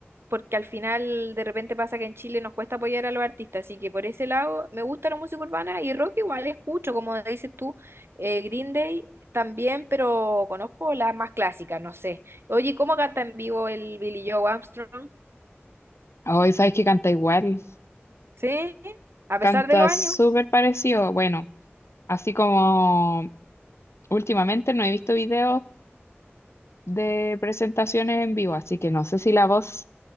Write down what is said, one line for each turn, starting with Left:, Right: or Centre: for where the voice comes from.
Right: porque al final de repente pasa que en Chile nos cuesta apoyar a los artistas, así que por ese lado me gusta la música urbana y rock igual escucho, como dices tú, eh, Green Day también, pero conozco las más clásicas, no sé. Oye, ¿cómo canta en vivo el Billy Joe Armstrong?
Left: Hoy sabes que canta igual,
Right: Sí, a
Left: canta
Right: pesar de los años
Left: súper parecido, bueno, así como Últimamente no he visto videos de presentaciones en vivo, así que no sé si la voz